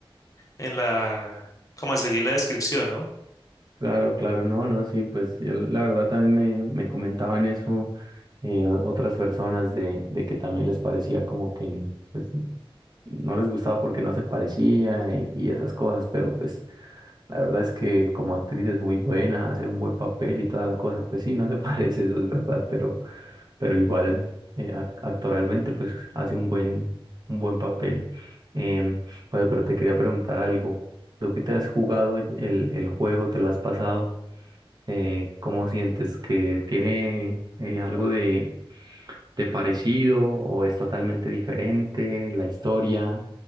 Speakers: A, on the left; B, on the right.
A: en la, como en seguir la descripción, ¿no?
B: claro, claro, no, no, sí, pues yo la la verdad también me, me comentaban eso eh, o- otras personas de, de que también les parecía como que pues no les gustaba porque no se parecía y, y esas cosas, pero pues la verdad es que como actriz es muy buena, hace un buen papel y toda la cosa, pues sí, no se <laughs> parece, eso es verdad, pero... pero igual eh, ac- actoralmente pues hace un buen, un buen papel. Em, oye, pero te quería preguntar algo. ¿Tú que te has jugado el, el juego, te lo has pasado? Eh, ¿cómo sientes que tiene eh, algo de, de parecido o es totalmente diferente la historia?